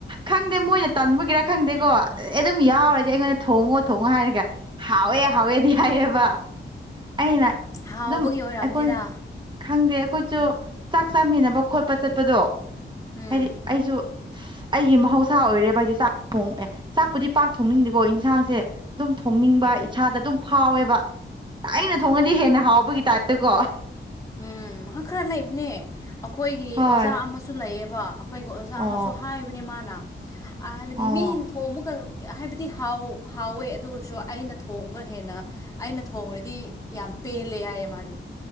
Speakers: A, on the right; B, on the left.
A: ꯈꯪꯗꯦ ꯃꯣꯏꯅ ꯇꯟꯕꯒꯤꯔ ꯈꯪꯗꯦꯀꯣ ꯑꯗꯨꯝ ꯌꯥꯎꯔꯗꯤ ꯑꯩꯉꯣꯟꯗ ꯊꯣꯡꯉꯣ ꯊꯣꯡꯉꯣ ꯍꯥꯏꯔꯒ ꯍꯥꯎꯋꯦ ꯍꯥꯎꯋꯦꯗꯤ ꯍꯥꯏꯑꯕ ꯑꯩꯅ
B: ꯍꯥꯎꯕꯒꯤ
A: ꯑꯗꯨꯝ
B: ꯑꯣꯏꯔꯝꯅꯤꯗ
A: ꯑꯩꯈꯣꯏ ꯈꯪꯗꯦ ꯑꯩꯈꯣꯏꯁꯨ ꯆꯥꯛ ꯆꯥꯃꯤꯟꯅꯕ ꯈꯣꯠꯄ ꯆꯠꯄꯗꯣ
B: ꯎꯝ
A: ꯍꯥꯏꯗꯤ ꯑꯩꯁꯨ ꯑꯩꯒꯤ ꯃꯍꯧꯁꯥ ꯑꯣꯏꯔꯦ ꯚ ꯍꯥꯏꯗꯤ ꯆꯥꯛ ꯊꯣꯡ ꯑꯦꯦ ꯆꯥꯛꯄꯨꯗꯤ ꯄꯥꯛ ꯊꯣꯡꯅꯤꯡꯗꯦꯀꯣ ꯏꯟꯁꯥꯡꯁꯦ ꯑꯗꯨꯝ ꯊꯣꯡꯅꯤꯡ ꯅꯤꯡꯕ ꯏꯁꯥꯗ ꯑꯗꯨꯝ ꯐꯥꯎꯋꯦꯕ ꯑꯩꯅ ꯊꯣꯡꯉꯗꯤ ꯍꯦꯟꯅ ꯍꯥꯎꯕꯒꯤ ꯇꯥꯏꯞꯇꯀꯣ
B: ꯎꯝ ꯈꯔ ꯂꯩꯕꯅꯦ ꯑꯩꯈꯣꯏꯒꯤ
A: ꯍꯣꯏ
B: ꯑꯣꯖꯥ ꯑꯃꯁꯨ ꯂꯩꯌꯦꯕ ꯑꯩꯈꯣꯏꯒꯤ ꯑꯣꯖꯥ
A: ꯑꯣ
B: ꯑꯃꯁꯨ ꯍꯥꯏꯕꯅꯤ ꯃꯥꯅ ꯍꯥꯏꯕꯗꯤ
A: ꯑꯣ
B: ꯃꯤꯅ ꯊꯣꯡ ꯑꯃꯨꯒ ꯍꯥꯏꯕꯗꯤ ꯍꯥꯎ ꯍꯥꯎꯋꯦ ꯑꯗꯨ ꯑꯣꯏꯔꯁꯨ ꯑꯩꯅ ꯊꯣꯡꯕ ꯍꯦꯟꯅ ꯑꯩꯅ ꯊꯣꯡꯡꯂꯗꯤ ꯌꯥꯝ ꯄꯦꯂꯦ ꯌꯥꯌꯦ ꯃꯥꯗꯤ